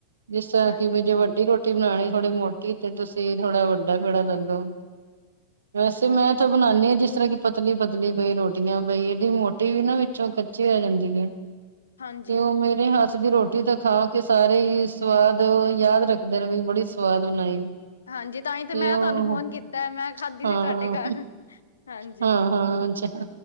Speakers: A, on the right; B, on the left.
A: ਜਿਸ ਤਰ੍ਹਾਂ
B: ਹਾਂਜੀ
A: ਕਿ ਵੀ ਜੇ ਵੱਡੀ ਰੋਟੀ ਰੋਟੀ ਬਣਾਉਣੀ ਥੋੜੀ ਮੋਟੀ ਤੇ ਤੁਸੀਂ ਥੋੜਾ ਵੱਡਾ ਪੇੜਾ ਲੈ ਲੋ, ਵੈਸੇ
B: ਅੱਛਾ ਅੱਛਾ
A: ਮੈਂ ਬਣਾਉਣੀ ਆ ਜਿਸ ਤਰ੍ਹਾਂ ਕਿ ਪਤਲੀ ਪਤਲੀ ਬਈ ਰੋਟੀਆਂ ਬਈ ਏਡੀ ਮੋਟੀ ਵੀ ਨਾ ਵਿੱਚੋਂ ਕੱ ਕੱਚੀ ਰਹਿ ਜਾਂਦੀ ਐ
B: ਹਾਂਜੀ
A: ਤੇ ਉਹ ਮੇਰੇ ਹੱਥ ਹੱਥ ਦੀ ਰੋਟੀ ਤਾਂ ਖਾ ਕੇ ਸਾਰੇ ਹੀ ਸਵਾਦ ਯਾਦ ਰੱਖਦੇ ਨੇ ਵੀ ਬੜੀ ਸਵਾਦ ਬਣਾਈ।
B: ਹਾਂਜੀ ਤਾਂ ਹੀ
A: ਤੇ
B: ਮੈਂ
A: ਉਹ
B: ਤੁਹਾਨੂੰ ਫੋਨ ਕੀਤਾ ਮੈਂ ਖਾਧੀ
A: ਹਾਂ
B: ਸੀ ਤੁਹਾਡੇ
A: ਹਾਂ
B: ਘਰ
A: ਹਾਂ।
B: ਹਾਂਜੀ
A: ਹਾਂ, ਅੱਛਾ